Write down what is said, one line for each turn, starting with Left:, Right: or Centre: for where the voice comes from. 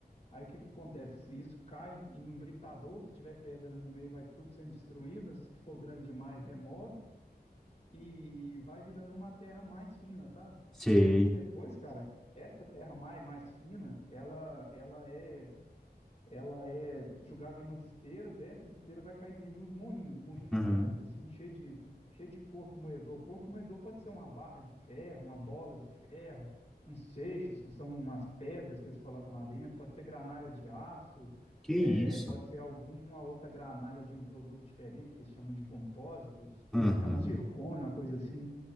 Left: Aí o que que acontece? Isso cai em um britador, que tiver pedra ali no meio, vai tudo sendo destruído, as que for grande demais, remove e vai virando uma terra mais fina, sabe?
Centre: sei.
Left: E depois, cara, essa terra mais mais fina, ela ela é ela é jogada em umas esteiras, dessas esteiras vai cair dentro de uns moinhos, moinhos
Centre: Uhum.
Left: grandes, assim, cheio de, cheio de corpo moedor. Corpo moedor pode ser uma barra de ferro, uma bola de ferro, uns seixos, que são umas pedras que eles colocam lá dentro, pode ser granalha de aço,
Centre: Que isso?
Left: é, é, pode ser alguma outra granalha de um produto diferente, que eles chamam de compósitos,
Centre: Uhum.
Left: é um zircônio, uma coisa assim.